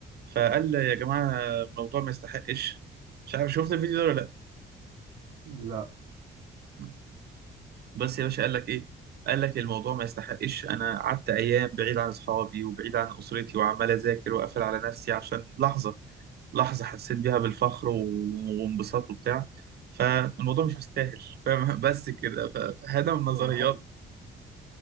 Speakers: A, on the right; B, on the right.
A: فقال يا جماعه الموضوع ما يستحقش مش عارف شفت الفيديو ده ولا
B: لا
A: لا بس يا باشا قال لك ايه قال لك الموضوع ما يستحقش انا قعدت ايام بعيد عن اصحابي وبعيد عن اسرتي وعمال اذاكر واقفل على نفسي عشان لحظه لحظه حسيت بيها بالفخر و- وانبساط وبتاع فالموضوع مش مستاهل فاهم <laughs> بس كده ف- فهذا من النظريات
B: يا راجل